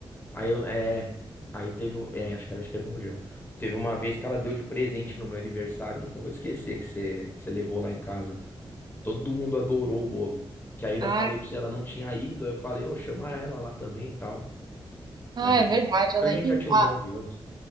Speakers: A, on the left; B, on the right.
A: Aí eu, é, aí teve um, é, acho que era, acho que era o Mogi, Teve uma vez que ela deu de presente no meu aniversário, eu nunca vou esquecer que você, você levou lá em casa. Todo mundo adorou o bolo. Que aí ainda
B: Ah,
A: falei pra você, ela não tinha ido, aí eu falei, ô, chama ela lá também e tal.
B: ah,
A: A gente,
B: é verdade, eu
A: a
B: lembro.
A: gente já tinha
B: Ah,
A: uns nove anos.